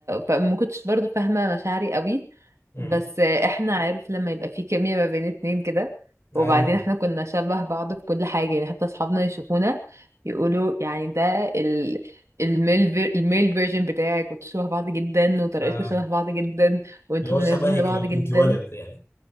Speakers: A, on the right; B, on the left.
A: فما كنتش برضو فاهمة مشاعري قوي
B: امم
A: بس احنا عارف لما يبقى في كيمياء ما بين اتنين كده
B: أيوه
A: وبعدين احنا كنا شبه بعض في كل حاجة يعني حتى اصحابنا يشوفونا يقولوا يعني ده ال... الميل في... الميل فيرجن بتاعك وانتوا شبه بعض جدا وطريقتكم
B: اه
A: شبه بعض جدا وانتوا
B: اللي هو شبهك
A: مناسبين لبعض
B: لو كنت
A: جدا
B: ولد يعني